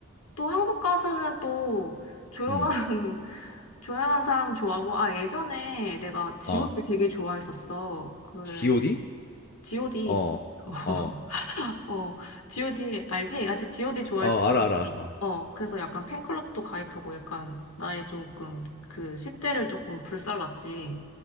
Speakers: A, on the left; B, on the left.
A: 또 한국 가수는 또 조용한,
B: 음.
A: <laughs> 조용한 사람 좋아하고, 아, 예전에 내가 G.O.D
B: 어.
A: 되게 좋아했었어. 그래,
B: G.O.D?
A: G.O.D.
B: 어.
A: <laughs>
B: 어.
A: 어, G.O.D 알지? 아직 G.O.D 좋아했었는데,
B: 어, 알아 알아.
A: 어, 그래서 약간 팬클럽도 가입하고 약간 나의 조금 그 10대를 조금 불살랐지.